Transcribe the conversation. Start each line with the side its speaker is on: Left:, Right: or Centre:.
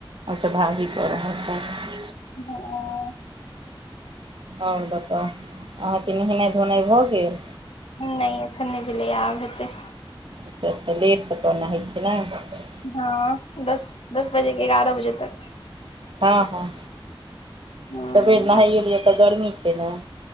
Right: अच्छा भाभी क रहल छैथ।
Left: हँ
Right: और बताउ अहाँ के नहेनाय - धोनाय भ गेल।
Left: नहि एखन नहि भेलै या आब हेतै।
Right: अच्छा-अच्छा लेट सकाल नहाय छियै नैय।
Left: हँ दस-दस बजे के, एगारह बजे तक।
Right: हँ-हँ
Left: हँ
Right: सवेर नहाइयो लिय त गर्मी छय ने।